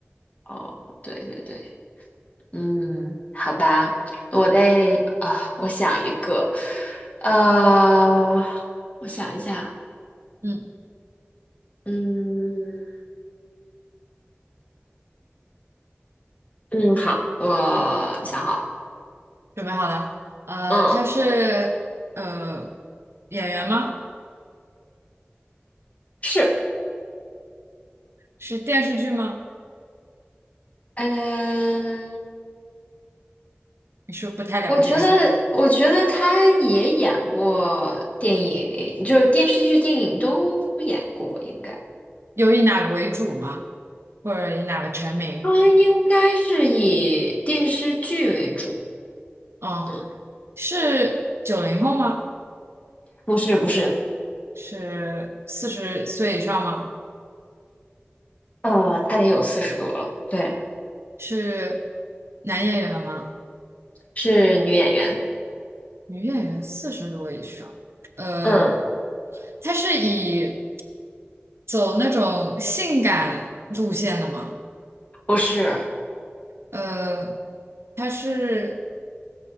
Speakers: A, on the left (about 35°); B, on the right (about 80°).
A: 哦，对对对，嗯，好吧，我再啊，我想一个，呃，我想一下，
B: 嗯，
A: 嗯嗯，好，我想好了，
B: 准备好了？呃，
A: 嗯，
B: 他是呃演员吗？
A: 是。
B: 是电视剧吗？
A: 嗯，
B: 你是不是不太了解？
A: 我觉得，我觉得他也演过电影，就是电视剧、电影都演过，应该
B: <laughs> 有以哪个为主吗？或者以哪个成名？
A: 他应该是以电视剧为主。
B: 哦，
A: 嗯，
B: 是九零后吗？
A: 不是不是，
B: 是四十岁以上吗？
A: 呃，他得有四十多了，对，
B: 是男演员吗？
A: 是女演员。
B: 女演员四十多以上，呃，
A: 嗯，
B: 她是以走那种性感路线的嘛，
A: 不是，
B: 呃，她是